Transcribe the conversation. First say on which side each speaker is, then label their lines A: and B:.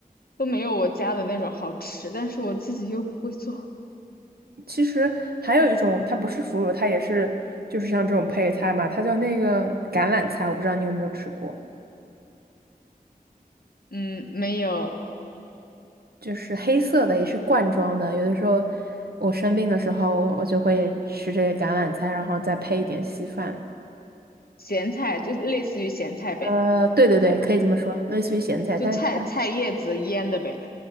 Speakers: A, on the left; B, on the right.
A: 都没有我家的那种好吃，但是我自己又不会做。
B: 其实还有一种，它不是腐乳，它也是就是像这种配菜嘛，它叫那个橄榄菜，我不知道你有没有吃过，
A: 嗯，没有
B: 就是黑色的，也是罐装的。有的时候我生病的时候，我就会吃这个橄榄菜，然后再配一点稀饭。
A: 咸菜，就类似于咸菜呗，
B: 呃，对对对，可以这么说，类似于咸菜，
A: 就菜菜叶子腌的呗。
B: 但是它